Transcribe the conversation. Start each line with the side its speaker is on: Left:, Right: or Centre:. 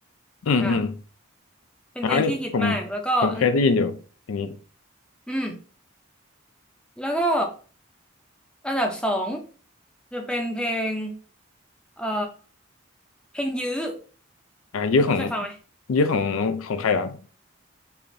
Left: อืมอืม
Centre: อ่าเป็นเพลงที่ฮิตมากแล้วก็อัน
Left: อ่าอันนี้ผมผมเคยได้ยินอยู่เพลงนี้
Centre: อืม แล้วก็อันดับสองจะเป็นเพลงเอ่อเพลงยื้อ
Left: อ่ายื้อของ
Centre: คุณเคยฟังไหม
Left: ยื้อของของใครล่ะครับ